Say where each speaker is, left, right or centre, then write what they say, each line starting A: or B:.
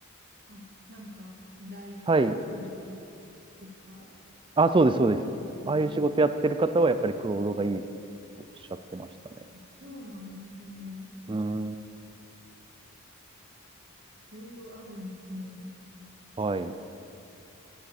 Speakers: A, on the right (about 50°); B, on the right (about 25°).
A: あ、なんか、ライターさんとかですかう
B: はい。あ、そうです、そうです。
A: ん。
B: ああいう仕事やってる方はやっぱりクロードがいいっておっしゃってましたね。
A: そうなんですね。
B: うん。
A: いろいろあるんですね。
B: はい。